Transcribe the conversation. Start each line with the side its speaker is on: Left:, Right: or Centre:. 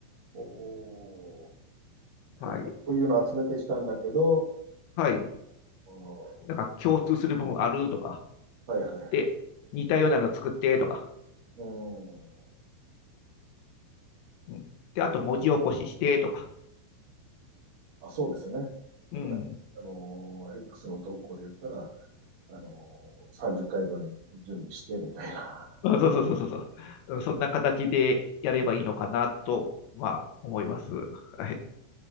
Right: おー、
Left: はい。
Right: あ、じゃあこういうの集めてきたんだけど、
Left: はい。
Right: おー、
Left: なんか共通する部分あるとか、
Right: はいはいはい。
Left: で、似たようなの作ってとか、
Right: うん。
Left: うん。で、あと文字起こししてとか、
Right: あ、そうですね。例えば、
Left: うん。
Right: あのー X の投稿で言ったら、あのー30回分準備してみたいな。
Left: あそうそうそうそうそううん。そんな形でやればいいのかなと、まあ、思います。はい。